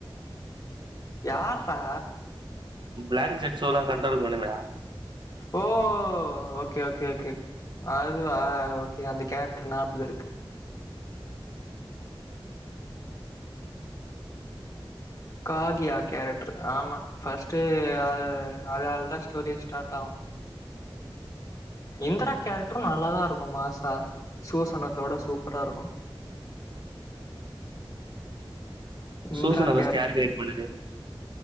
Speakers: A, on the left (about 35°); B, on the right (about 60°).
A: யார்ரா
B: பிளாக் ஜெட் சோலா <unintelligible>
A: ஓ ஓகே ஓகே ஓகே அதுவா ஓகே அந்த கேரக்டர் ஞாபகோ இருக்கு காகியா கேரக்டரு ஆமா ஃபஸ்ட்டு அது அதாலதா ஸ்டோரி ஸ்டார்ட் ஆகு இந்தரா கேரக்டரு நல்லாதா இருக்கும் மாசா சூசனத்தோட சூப்பரா இருக்கும் இந்திரா
B: சூசன அவஸ்தை
A: கேரக்ட்
B: யாருக்கு கைட் பண்ணுது